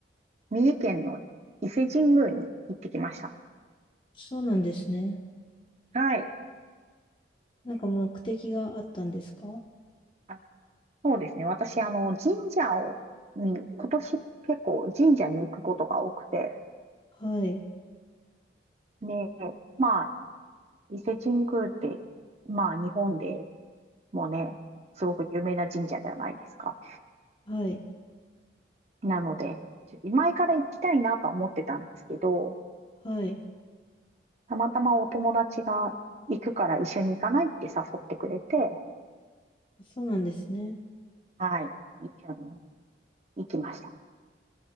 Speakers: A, on the right (about 35°); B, on the left (about 25°).
A: 三重県の伊勢神宮に行ってきました。
B: そうなんですね。
A: はい。
B: なんか目的があったんですか
A: あ、そうですね。私、あの、神社を、に、今年結構神社に行くことが多くて、
B: はい。
A: ね、まあ、伊勢神宮って、まあ、日本でもね、すごく有名な神社じゃないですか。
B: はい。
A: なので、前から行きたいなとは思ってたんですけど、
B: はい。
A: たまたまお友達が行くから一緒に行かないって誘ってくれて、
B: そうなんですね。
A: はい、一緒に行きました。